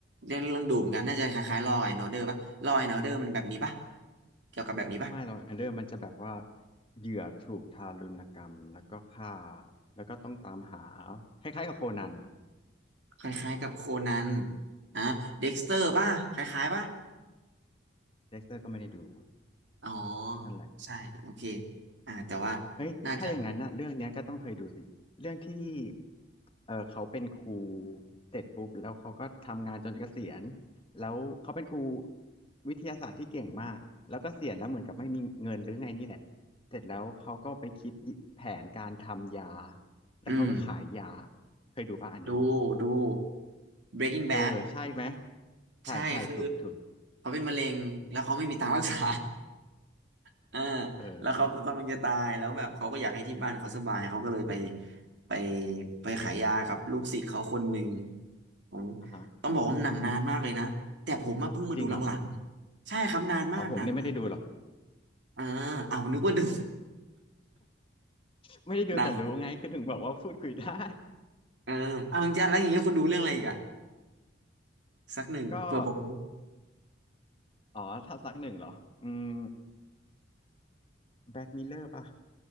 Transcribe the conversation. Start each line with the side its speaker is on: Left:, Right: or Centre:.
Right: เรื่องเรื่องดูเหมอนกัน น่าจะคล้ายๆลอว์แอนด์อเดอร์ป่ะลอว์แอนด์อเดอร์มันแบบนี้ป่ะเกี่ยวกับแบบนี้ป่ะ
Left: ไม่หรอกแอนเดอร์มันจะแบบว่าเหยื่อถูกทารุณกรรมแล้วก็ฆ่าแล้วก็ต้องตามหาคล้ายๆกับโคนันอ่ะ
Right: คล้ายๆกับโคนันอ่ะเด็กสเตอร์ป่ะ คล้ายๆป่ะ
Left: เด็กเตอร์ก็ไม่ได้ดู
Right: อ๋อ
Left: นั่นแหละ
Right: ใช่ โอเคอ่าแต่ว่า
Left: เฮ้ยถ้าอย่างนั้นนะเรื่องเนี้ยก็ต้องเคยดูสิเรื่องที่
Right: น่าจะ
Left: เออเขาเป็นครูเสร็จปุ๊บแล้วเขาก็ทำงานจนเกษียณแล้วเขาเป็นครูวิทยาศาสตร์ที่เก่งมากแล้วก็เสียณแล้วเหมือนกับไม่มีเงินหรือไงนี่แหละเสร็จแล้วเขาก็ไปคิดแผนการทำยา แล้วเขาก็ขายยา
Right: อืม
Left: เคยดูป่ะอันเนี้ย
Right: ดู ดู Breaking Bad
Left: เออใช่ไหมใช่ใช่ถูกถูก
Right: ใช่ คือ เขาเป็นมะเร็งแล้วเขาไม่มีตังค์รักษา <laughs> เออ
Left: เออ
Right: แล้วเขาก็กำลังจะตายแล้วแบบเขาก็อยากให้ที่บ้านเขาสบายเขาก็เลยไปไปไปขายยากับลูกศิษย์เขาคนหนึ่งผม
Left: อ่ะฮะ
Right: ต้องบอกว่าหนังนานมากเลยนะแต่ผมมาเพิ่งมาดูหลังๆใช่ครับนานมากนานมาก
Left: จริงเหรออ๋อผมเนี่ยไม่ได้ดูหรอก
Right: อ่าเอาวนึกว่าดู
Left: <laughs> ไม่ได้ดูแต่รู้ไงคือถึงบอกว่าพูดคุยได้
Right: <laughs> หนังเออเอาจริงๆแล้วอย่างเงี้ยคุณดูเรื่องอะไรอีกอะสักหนึ่งเผื่อผมรู้
Left: ก็ อ๋อ ถ้าซักหนึ่งเหรออืมแบ็กมิลเลอร์ป่ะ